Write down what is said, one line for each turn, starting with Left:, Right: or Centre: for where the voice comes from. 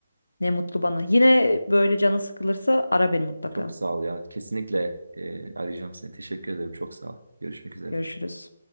Left: Ne mutlu bana. Yine böyle canın sıkılırsa ara beni mutlaka.
Right: Çok sağ ol ya. Kesinlikle e, arayacağım seni. Teşekkür ederim. Çok sağ ol. Görüşmek üzere.
Left: Görüşürüz.